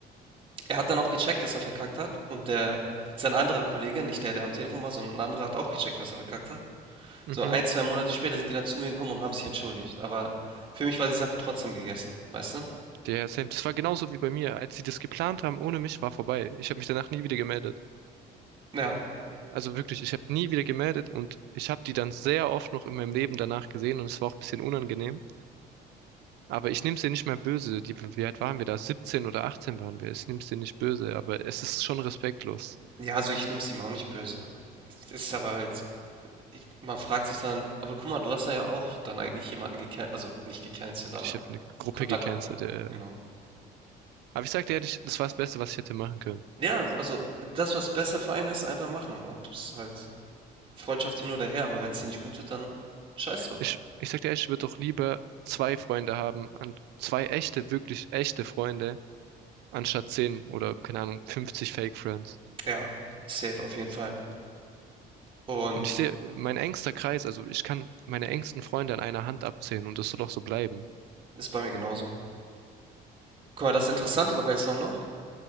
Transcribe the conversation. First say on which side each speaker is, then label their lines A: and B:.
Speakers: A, on the right; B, on the right.
A: er hat dann auch gecheckt, dass er verkackt hat und der sein anderer Kollege, nicht der, der am Telefon war, sondern ein anderer, hat auch gecheckt, dass er verkackt hat.
B: mhm.
A: So ein 2 Monate später sind die dann zu mir gekommen und haben sich entschuldigt. Aber für mich war die Sache trotzdem gegessen, weißt du?
B: Yeah, same. Das war genauso wie bei mir. Als sie das geplant haben, ohne mich war vorbei. Ich habe mich danach nie wieder gemeldet.
A: Ja.
B: Also wirklich, ich habe nie wieder gemeldet und ich habe die dann sehr oft noch in meinem Leben danach gesehen und es war auch ein bisschen unangenehm. Aber ich nehme es ihr nicht mehr böse. Die, wie alt waren wir da? 17 oder 18 waren wir. Ich nehme es dir nicht böse, aber es ist schon respektlos.
A: Ja, also ich nehme es ihm auch nicht böse. Es ist aber halt, ich, man fragt sich dann, aber guck mal, du hast da ja auch dann eigentlich jemanden gecancelt, also nicht gecancelt, aber
B: Ich habe eine Gruppe
A: Kontakt
B: gecancelt.
A: abgebrochen.
B: Äh.
A: Genau.
B: Aber ich sag dir ehrlich, das war das Beste, was ich hätte machen können.
A: Ja, also das, was besser für einen ist, einfach machen. Ob es halt Freundschaft hin oder her, aber wenn es dir nicht gut tut, dann scheiß drauf.
B: Ich, ich sag dir ehrlich, ich würde doch lieber zwei Freunde haben, an zwei echte, wirklich echte Freunde, anstatt 10 oder, keine Ahnung, 50 Fake Friends.
A: Ja, safe auf jeden Fall. Und
B: Und ich sehe, mein engster Kreis, also ich kann meine engsten Freunde an einer Hand abzählen und das soll auch so bleiben.
A: ist bei mir genauso. Guck mal, das Interessante dabei ist auch noch,